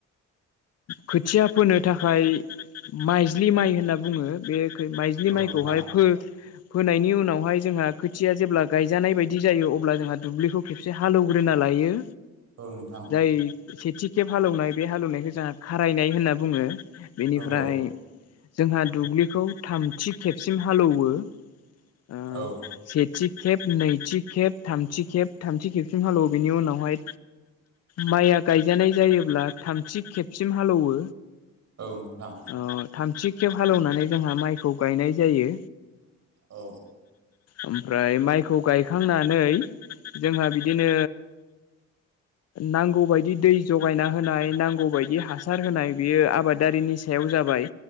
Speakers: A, on the left; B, on the right.
A: खोथिया फोनो थाखाय माइज्लि माइ होनना बुङो । बे माइजलि
B: औ
A: माइखौहाय
B: नोंथां
A: फो नायनि उनावहाय जोंहा खोथिया जेब्ला गायजानाय बायदि जायो अब्ला जोंहा दुब्लिखौ खेबसे हालौग्रोना ला यो।
B: औ नोंथां
A: जाय सेथि खेब हालौवनाय बे हालेवनायखौ जोंहा खारायनाय होनना बुङो। बेनिफ्राय
B: औ औ
A: जोंहा दुब्लिखौ थामथि खेबसिम हालौवो ओ
B: औ
A: सेथि खेब, नैथि खेब थामथि खेब थामथि खेबसिम हालौवो बेनि उनावहाय माइआ गाय जानाय जायोब्ला थामथि खेबसिम हालौवो।
B: नोंथां
A: ओ थामथि खेब हालेवनानै जोंहा माइखौ गायनाय जायो।
B: औ
A: ओमफ्राय माइखौ गायखांना नै जोंहा बिदिनो नांगौबायदि दै जगायना होनाय, नांगौ बायदि हासार होनाय बेयो आबादारिनि सायाव जाबाय।